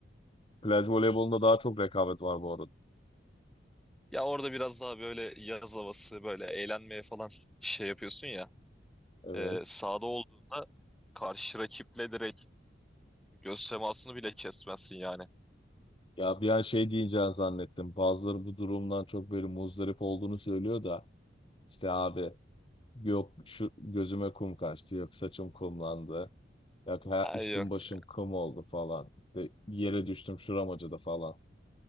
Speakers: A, on the left; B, in the centre.
A: Plaj voleybolunda daha çok rekabet var bu arada.
B: Ya orada biraz daha böyle yaz havası böyle eğlenmeye falan şey yapıyorsun ya.
A: Evet.
B: E, sahada olduğunda karşı rakiple direkt göz temasını bile kesmezsin yani.
A: Ya bir an şey diyeceğini zannettim. Bazıları bu durumdan çok böyle muzdarip olduğunu söylüyor da işte abi yok şu gözüme kum kaçtı yok saçım kumlandı. Yok ha-
B: Ay
A: üstüm
B: yok
A: başım
B: ya.
A: kum oldu falan. İşte yere düştüm şuram acıdı falan.